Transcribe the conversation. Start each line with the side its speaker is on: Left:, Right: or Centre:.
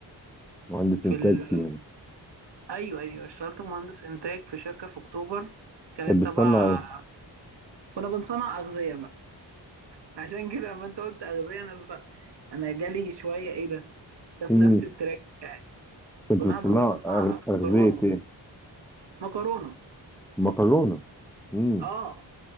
Centre: مهندس
Right: في
Centre: انتاج
Right: ال...
Centre: فيها
Right: ايوه ايوه اشتغلت مهندس انتاج في شركه في اكتوبر كانت
Centre: كانت بتصنع
Right: تبع
Centre: ايه؟
Right: كنا بنصنع اغذيه بقى <laughs> عشان كده لما انت قلت اغذيه انا بقى انا جالي شويه ايه ده ده في
Centre: امم
Right: نفس التراك يعني
Centre: كنت
Right: كنا
Centre: بتصنع
Right: احنا بنصنع
Centre: أغ- اغذية
Right: مكرونه
Centre: ايه؟
Right: مكرونه
Centre: مكرونة امم
Right: اه